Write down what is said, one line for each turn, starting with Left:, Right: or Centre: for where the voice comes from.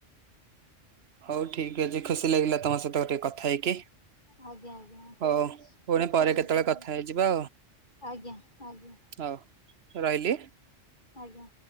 Right: ହଉ ଠିକ ଅଛି ଖୁସି ଲାଗିଲା ତମ ସହିତ ଟିକେ କଥା ହେଇକି।
Left: ଆଜ୍ଞା ଆଜ୍ଞା ଠିକ୍
Right: ହଉ
Left: ଅଛି।
Right: ପୁଣି
Left: ମତେ
Right: ପରେ
Left: ବି
Right: କେତେବେଳେ
Left: ଖୁସି ଲାଗିଲା।
Right: କଥା ହେଇଯିବା
Left: ଆଜ୍ଞା ଆଜ୍ଞା।
Right: ହଉ ରହିଲି?
Left: ଆଜ୍ଞା।